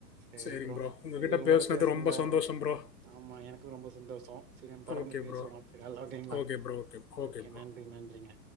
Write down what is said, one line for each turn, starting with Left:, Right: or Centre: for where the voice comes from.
Right: சரி
Left: சரிங்க
Right: ப்ரோ
Left: உங்ககிட்ட
Right: சரி உங்களோட
Left: பேசினது
Right: பேசணல
Left: சந்தோஷம்
Right: ரொம்ப
Left: ப்ரோ.
Right: ஆமா எனக்கும் ரொம்ப சந்தோஷம் சரி நம் தொடர்ந்து
Left: ஓகே
Right: பேசுவோம்
Left: ப்ரோ.
Right: அத்துக்கல்லாம்ங்களா <unintelligible>
Left: ஓகே ப்ரோ.
Right: Okay
Left: bro.
Right: நன்றி நன்றிங்க